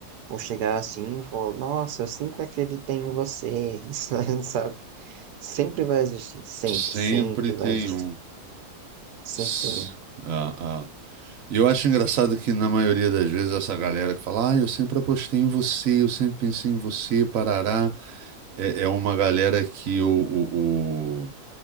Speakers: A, on the right; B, on the right.
A: vão chegar assim e falar, nossa, eu sempre acreditei em você, <laughs> sabe? Sempre vai existir, sempre,
B: Sempre
A: sempre
B: tem
A: vai existir,
B: um.
A: sempre
B: S-
A: tem um.
B: Ah, ah. E eu acho engraçado que, na maioria das vezes, essa galera que fala, ah, eu sempre apostei em você, eu sempre pensei em você, parará, é, é uma galera que o, o, o-